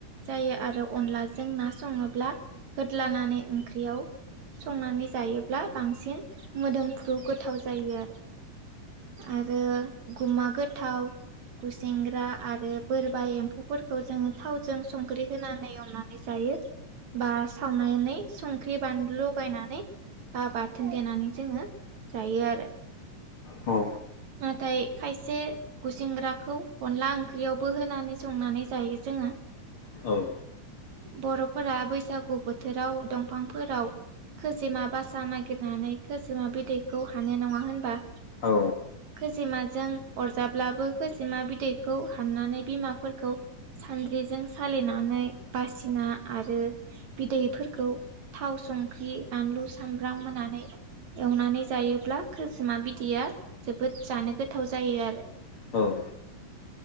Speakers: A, on the right; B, on the left.
A: जायो आरो अनलाजों ना सङोब्ला होद्लानानै ओंख्रियाव संनानै जायोब्ला बांसिन मोदोम गोथाव जायो आरो गमा गो गोथाव गुसेंग्रा आरो बोरबा एम्ौ फोरफोरखौ जोङो थावजों संख्रि होनानै एवनानै जायो बा सावनानै संख्रि बानलु लगायनानै बा बाथोन देनानै जोङो जायो आरो
B: औ
A: नाथाय खायसे गुसेंग्राखौ अनला ओंख्रियावबो होनानै संनानै जायो जोङो
B: औ
A: बर'फोरा बैसागु बोथोराव दंफांफोराव खोजिमा बासा नागिरनानै खोजिमा बिदैखौ हानो नङा होनबा
B: औ
A: खैजिमाजों अरजाब्लाबो खजिमा बिदैखौ हाननानै बिमाफोरखौ सान्द्रिजों सालिनानै बासिना आरो बिदैफोरखौ थाव संख्रि बानलु सामब्राम होनानै एवनानै जायोब्ला खोसोमा बिदैया जोबोद जानो गोथाव जायो आरो
B: औ